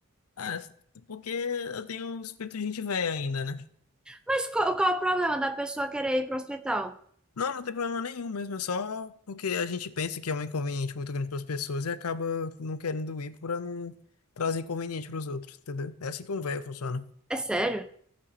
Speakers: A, on the left; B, in the centre.
A: ah, porque eu tenho um espírito de gente velha ainda, né?
B: Mas qual, qual é o problema da pessoa querer ir para o hospital?
A: Não, não tem problema nenhum mesmo, é só porque a gente pensa que é um inconveniente muito grande para as pessoas e acaba não querendo ir para não trazer inconveniente para os outros, entendeu? É assim que um velho funciona.
B: É sério?